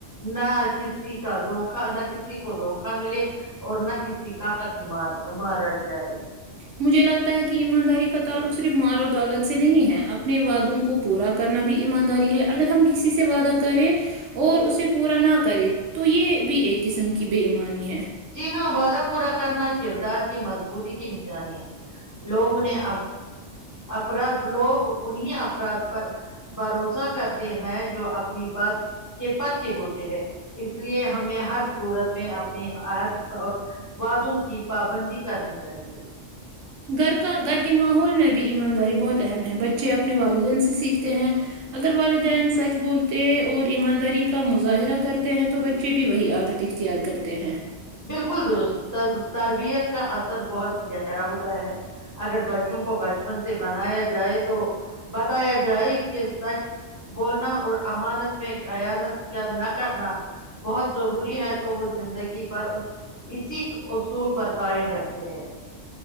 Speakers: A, on the left (about 15°); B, on the right (about 80°).
A: نہ کسی کا دوکا نہ کسی کو دا ا ملے اور نہ کسی کا حق مار مارا جائے
B: مجھے لگتا ہے کہ ایمانداری کا تعلق صرف مار و دولت سے نہیں ہے اپنے وعادوں کو پورا کرنا بھی ایمانداری ہے اگر ہم کسی سے وعدہ کریں اور اسے پورا نہ کرے تو یہ بھی ایک قسم کی بے ایمانی ہے
A: جی ہاں وعدہ پورا کرنا کردار کی مضبوطی کی نشانی ہے لوگ انہیں افراد لوگ انہیں افراد پر بھروسہ کرتے ہیں جو اپنی بات کے پکے ہوتے ہیں اس لیے ہمیں ہر صورت میں اپنے حد اور وادوں کی پابندی کرنی چاہیے
B: گھر کا گھر کے ماحول میں بھی ایمانداری بہت اہم ہے بچے اپنے والدین سے سیکھتے ہیں اگر والدین سچ بولتے اور ایمانداری کا مظاہرہ کرتے ہیں تو بچے بھی وہی عادت اختیار کرتے ہیں
A: بالکل درست تر تربیت کا اثر بہت گہرا ہوتا ہے اگر بچوں کو بچپن سے بنایا جائے تو بتایا جائے کہ سچ بولنا اور امانت میں خانت کیا نہ کرنا بہت ضروری ہے تو وہ زندگی بھر اسی اصول پر قائم رہتے ہیں